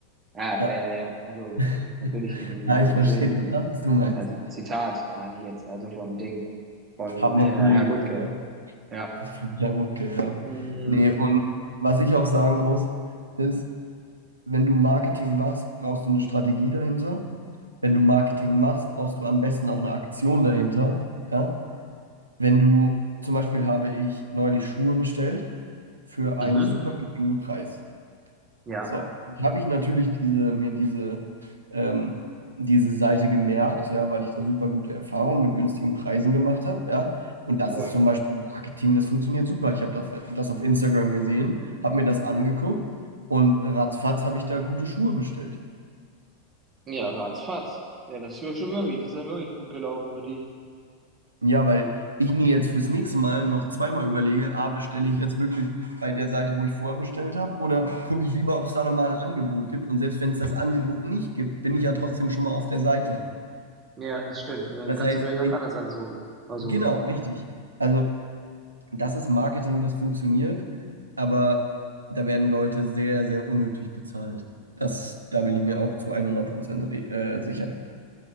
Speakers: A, on the right (about 25°); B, on the right (about 80°).
A: Ja,
B: ja.
A: äh, also
B: <laughs>
A: natürlich im,
B: Ja,
A: im
B: ich
A: persönlichen,
B: verstehe total, was du meinst.
A: also Zitat meine ich jetzt, also vom Ding, von
B: Hat mein
A: Herr,
B: Kollege
A: Herr Wuttke.
B: gesagt,
A: Ja.
B: von Herr Wutke, ja.
A: Mhm.
B: Nee, und was ich auch sagen muss, ist, wenn du Marketing machst, brauchst du eine Strategie dahinter. Wenn du Marketing machst, brauchst du am besten auch eine Aktion dahinter. Ja? Wenn du, zum Beispiel habe ich neulich Schuhe bestellt für
A: Mhm.
B: einen super geringen Preis.
A: Ja.
B: So, habe ich natürlich diese, mir diese, ähm, diese Seite gemerkt, ja, weil ich da super gute Erfahrungen mit günstigen Preisen gemacht habe, ja. Und das
A: Ja.
B: ist zum Beispiel Marketing, das funktioniert super. Ich habe das, das auf Instagram gesehen, habe mir das angeguckt und ratzfatz habe ich da gute Schuhe bestellt.
A: Ja, ratzfatz. Ja, das ist ja schon möglich. Das ist ja wirklich gut gelaufen für die.
B: Ja, weil ich mir jetzt fürs nächste Mal noch zweimal überlege, ah, bestelle ich jetzt wirklich bei der Seite, wo ich vorher bestellt habe, oder gucke ich lieber, ob es da nochmal ein Angebot gibt. Und selbst wenn es das Angebot nicht gibt, bin ich ja trotzdem schon mal auf der Seite.
A: Ja, das stimmt. Und dann
B: Das
A: kannst
B: heißt,
A: du vielleicht was
B: ich,
A: anderes ansuchen. Versuchen.
B: genau, richtig. Also, das ist Marketing, das funktioniert, aber da werden Leute sehr, sehr unnötig bezahlt. Das, da bin ich mir auch zu 100% re- äh, sicher.